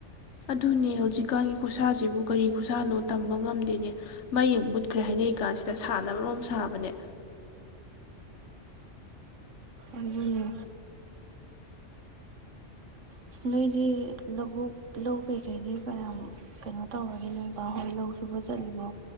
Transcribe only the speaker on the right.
ꯑꯗꯨꯅꯦ꯫ ꯑꯁ ꯅꯣꯏꯗꯤ ꯂꯧꯕꯨꯛ ꯂꯧ ꯀꯩꯀꯩꯗꯤ ꯀꯌꯥꯝ ꯀꯩꯅꯣ ꯇꯧꯔꯒꯦ ꯅꯨꯡꯄꯥ ꯍꯣꯏ ꯂꯧ ꯁꯨꯕ ꯆꯠꯂꯤꯕꯣ